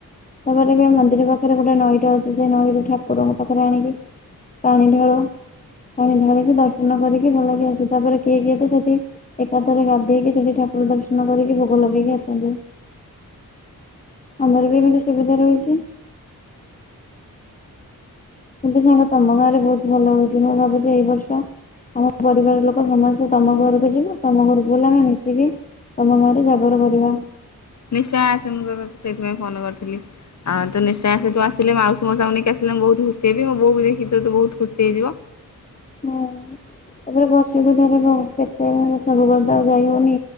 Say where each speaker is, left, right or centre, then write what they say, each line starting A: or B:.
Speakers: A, on the left; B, on the left.
A: ତାପରେ ବି ମନ୍ଦିର ପାଖ ସେଥିରେ ଗୋଟେ ନଈଟା ଅଛି ସେ ନଈରୁ ଠାକୁରଙ୍କ ପାଖରେ ଆଣିକି ପାଣି ଢାଳୁ ପାଣି ଢାଳିକି ଦର୍ଶନ କରିକି ଭଲ କି ଆସୁ ତାପରେ କିଏ କିଏ ତ ସେଠି ଏକାଥରେ ଗାଧେଇକି ସେଠି ଠାକୁର ଦର୍ଶନ କରିକି ଭୋଗ ଲଗେଇକି ଆସନ୍ତୁ ଆମର ବି ଏମିତି ସୁବିଧା ରହିଛି। କିନ୍ତୁ ସାଙ୍ଗ ତମ ଗାଁରେ ବହୁତ ଭଲ ହଉଛି ମୁଁ ଭାବୁଛି ଏଇ ବର୍ଷ ଆମ ପରିବାର ଲୋକ ସମସ୍ତେ ତମ ଘରକୁ ଯିବ ତମ ଘରକୁ ବଲେ ଆମେ ମିଶିକି ତମ ଗାଁରେ ଜାଗର କରିବା।
B: ନିଶ୍ଚୟ ଆସେ ମୁଁ ସେଇଥିପାଇଁ ଫୋନ କରିଥିଲି ଆଉ ତ ନିଶ୍ଚୟ ଆସେ ତୁ ଆସିଲ ମାଉସୀ ମୋ ସାଙ୍ଗ ନେଇକି ଆସିଲେ ମୁଁ ବହୁତ ଖୁସି ହେଇବି ମୋ ବୋଉ ବି ଦେଖି ତୁ ବହୁତ ଖୁସି ହେଇଯିବ।
A: ହଁ ତାପରେ ବର୍ଷକୁ ଥରେ କେତେ ସବୁବେଳେ ତ ଆଉ ଯାଇ ହଉନି